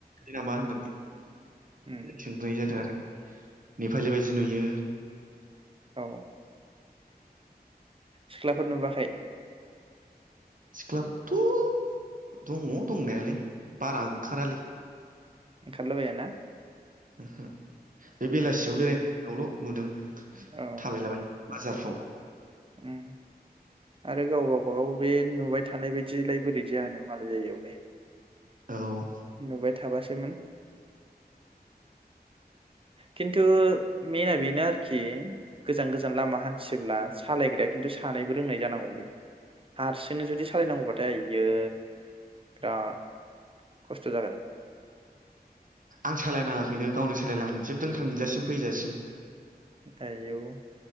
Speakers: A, on the right; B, on the right.
A: नामा होननानै
B: उम
A: सोंनाय जादों आरो। नेपालि बायदि नुयो।
B: औ सिख्लाफोर नुुबोआखै?
A: सिख्लाफोर थ' दङ दंनायालाय बारा ओंखारालै।
B: ओंखारला बायाना?
A: ओहो बे बेलासियाव बेरायनो बेयावल' नुदों।
B: औ
A: थाबायलाबाय बाजारफ्राव
B: ओम आरो गाव गावबागाव बे नुबाय थानाय बायदिलाय बोरै जानो मालाय जायगायावलाय।
A: औ
B: नुबाय थाबासोमोन। खिन्थु मेना बेनो आरोखि गोजान गोजान लामा हान्थियोब्ला सालायग्राया खिन्थु सानैबो रोंनाय जानांगौ। <unintelligible> हारसिंनो जुदि सालायनांगौबाथाय आयै बिराद खस्थ' जागोन।
A: आं सालायनाङाखैनो गावनो सालायलांजोबदों थांजासिम फैजासिम।
B: आयौ